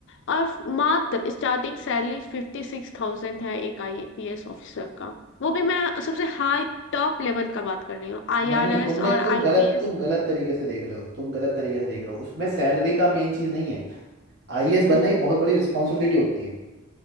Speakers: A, on the left (about 55°); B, on the right (about 50°).
A: और फ- मात्र starting salary fifty six thousand है एक आईपीएस ऑफिसर का वो भी मैं सबसे हाई टॉप लेवल का बात कर रही हूँ आईआरएस
B: नहीं तुमने
A: और आईपीएस
B: तुम गलत तुम गलत तरीके से देख रहे हो तुम गलत तरीके से देख रहे हो उसमें सैलरी का मेन चीज नहीं है आईएएस बनना
A: हाँ
B: एक बहुत बड़ी रिस्पॉन्सिबिलिटी होती है